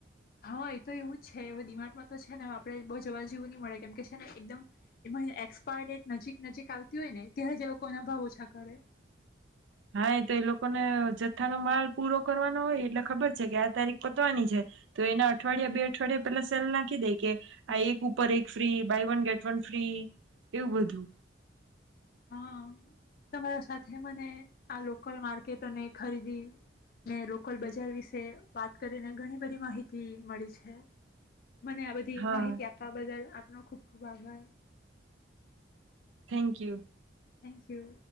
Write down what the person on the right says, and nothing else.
હા એ તો એ લોકોને જથ્થાનો માલ પૂરો કરવાનો હોય એટલે ખબર છે કે આ તારીખ પતવાની છે, તો એના અઠવાડિયા બે અઠવાડિયાયે પેલા સેલ નાખી દે કે
આ એક ઉપર એક free buy one get one free એવું બધું.
હા
Thank you.